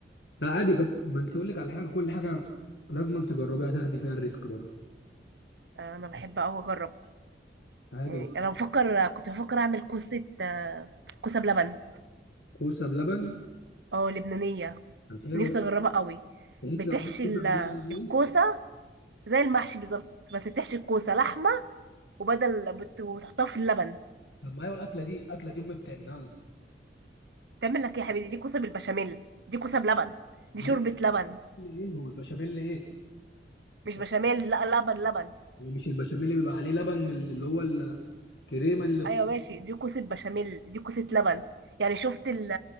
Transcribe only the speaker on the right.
آه، انا بحب قوي اجرب
يعني انا بفكر كنت بفكر اعمل كوسه آه، كوسه بلبن
اه لبنانيه
نفسي
اجربها قوي
بتحشي
ال-
الكوسه
زي المحشي بالظبط بس بتحشي الكوسه لحمه وبدل بت- وبتحطها في اللبن
تعمل لك إيه يا حبيبي دي كوسه بالبشاميل دي كوسه بلبن دي
شوربه لبن
مش
بشاميل لا لبن لبن
ايوه ماشي دي كوسه بشاميل دي كوسه لبن يعني شفت ال-